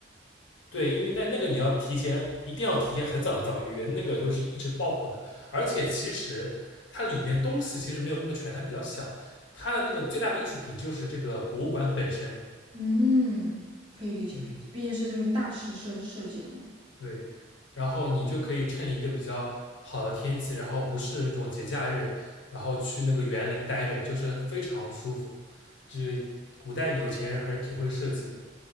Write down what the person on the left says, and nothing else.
对，因为在那个你要提前，一定要提前很早很早预约，那个就是一直爆火的。而且其实它里面东西其实没有那么全，它比较小。它的那个最大的艺术品就是这个博物馆本身。
嗯。
对，然后你就可以趁一个比较好的天气，然后不是那种节假日，然后去那个园林待着，就是非常舒服。就是古代有钱人还是挺会设计的。